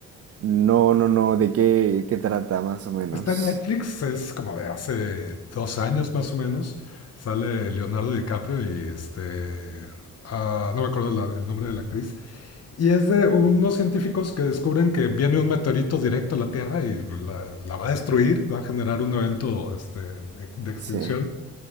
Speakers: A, on the right; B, on the left.
A: No, no, no, ¿de qué, qué trata más o menos?
B: Está en Netflix, es como de hace dos años más o menos. Sale Leonardo DiCaprio y este ah, no me acuerdo la- el nombre de la actriz. Y es de unos científicos que descubren que viene un meteorito directo a la Tierra y la, la va a destruir, va a generar un evento este, de, de extinción.
A: Sí,